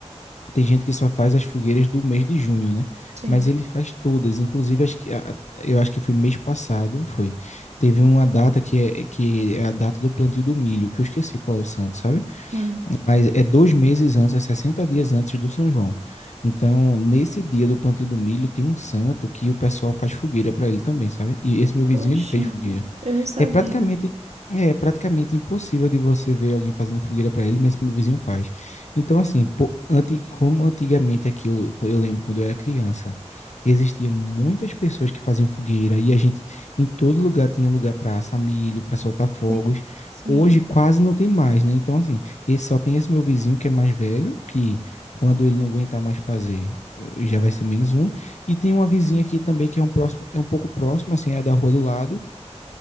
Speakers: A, on the left (about 80°); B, on the right (about 70°).
A: tem gente que só faz as fogueiras do mês de junho, né?
B: Sim.
A: Mas ele faz todas, inclusive as que, a- a- eu acho que foi mês passado, foi. Teve uma data que é, que é a data do plantio do milho, que eu esqueci qual é o santo, sabe?
B: Hum.
A: mas é dois meses antes, é 60 dias antes do São João. Então, nesse dia do plantio do milho, tem um santo que o pessoal faz fogueira para ele também, sabe? E esse meu vizinho,
B: Oxente,
A: ele fez fogueira.
B: eu não sabia.
A: É praticamente, é praticamente impossível de você ver alguém fazendo fogueira para ele, mesmo que meu vizinho faz. Então, assim, po- anti- como antigamente aqui, eu, eu lembro quando eu era criança, existia muitas pessoas que faziam fogueira e a gente, em todo lugar, tinha lugar para assar milho, para soltar fogos.
B: Sim, sim,
A: Hoje quase não tem mais, né? Então, assim, esse, só tem esse meu vizinho que é mais velho, que quando ele não aguentar mais fazer, eh, já vai ser menos um. E tem uma vizinha aqui também que é um próximo, é um pouco próximo, assim, é da rua do lado